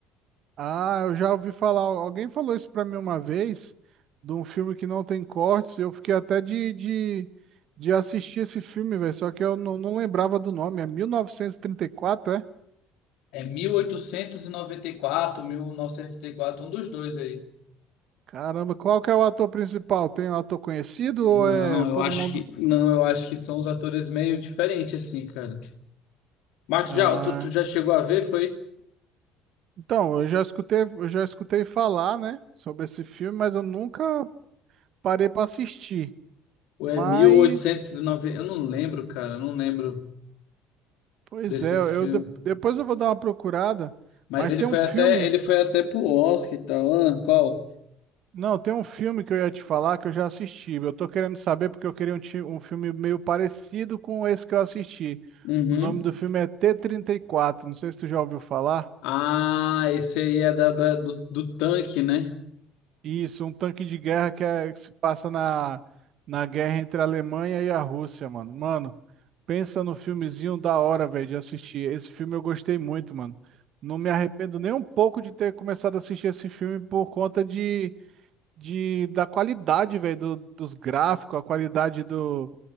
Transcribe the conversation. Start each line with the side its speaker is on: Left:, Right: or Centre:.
Right: Ah, eu já ouvi falar. Alguém falou isso pra mim uma vez, de um filme que não tem cortes. Eu fiquei até de, de, de assistir esse filme, velho. Só que eu não, não lembrava do nome. É mil novecentos e e trinta e quatro, é?
Left: É mil mil oitocentos e e noventa e quatro mil novecentos e oitenta e quatro um dos dois aí.
Right: Caramba, qual que é o ator principal? Tem um ator conhecido
Left: Não,
Right: ou é todo
Left: eu acho
Right: mundo?
Left: que não, eu acho que são os atores meio diferentes assim, cara. Mas
Right: Ah,
Left: tu já, tu, tu já chegou a ver, foi?
Right: então, eu já escutei, eu já escutei falar, né, sobre esse filme, mas eu nunca parei pra assistir.
Left: Ou
Right: Mas,
Left: é 1890, eu não lembro, cara, eu não lembro
Right: pois
Left: desse
Right: é, eu
Left: filme.
Right: de- depois eu vou dar uma procurada,
Left: Mas
Right: mas
Left: ele
Right: tem
Left: foi
Right: um filme,
Left: até, ele foi até pro Oscar e tal. Ah, qual?
Right: não, tem um filme que eu ia te falar que eu já assisti. Eu tô querendo saber porque eu queria um, ti- um filme meio parecido com esse que eu assisti.
Left: Uhum.
Right: O nome do filme é T-34, não sei se tu já ouviu falar.
Left: Ah, esse aí é da, da- do, do tanque, né?
Right: Isso, um tanque de guerra que, é- que se passa na, na guerra entre a Alemanha e a Rússia, mano. Mano, pensa no filmezinho da hora, velho, de assistir. Esse filme eu gostei muito, mano. Não me arrependo nem um pouco de ter começado a assistir esse filme por conta de, de da qualidade, velho, do- dos gráficos, a qualidade do,